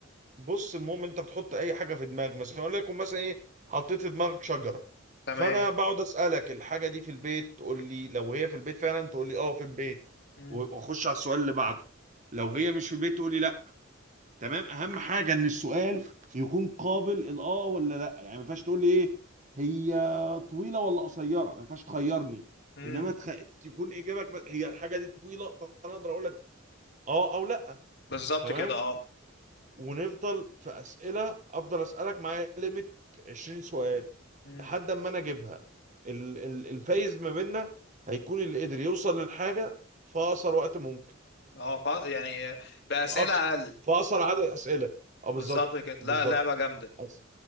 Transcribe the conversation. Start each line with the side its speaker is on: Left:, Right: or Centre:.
Right: بص المهم انت بتحط اي حاجه في دماغك مثلا اقول لكم مثلا ايه حطيت في دماغك شجره
Left: تمام
Right: فانا بقعد اسالك الحاجه دي في البيت تقول لي لو هي في البيت فعلا تقول لي اه في البيت
Left: امم
Right: واخش على السؤال اللي بعده لو هي مش في البيت تقول لي لا تمام اهم حاجه ان السؤال يكون قابل الاه ولا لا يعني ما ينفعش تقول لي ايه هي طويله ولا قصيره ما ينفعش تخيرني
Left: امم
Right: انما تخ... تكون اجابك هي الحاجه دي طويله فانا اقدر اقول لك اه او لا
Left: بالظبط
Right: تمام
Left: كده اه
Right: ونفضل في اسئله افضل اسالك معايا ليميت 20 سؤال
Left: امم
Right: لحد اما انا اجيبها ال- ال- الفايز ما بيننا هيكون اللي قدر يوصل للحاجه في اقصر وقت ممكن
Left: اه فا- يعني بأسئلة
Right: في اقصر
Left: اقل
Right: في اقصر عدد اسئله اه بالظبط
Left: بالظبط كده
Right: بالظبط
Left: لا لعبة جامدة
Right: أس-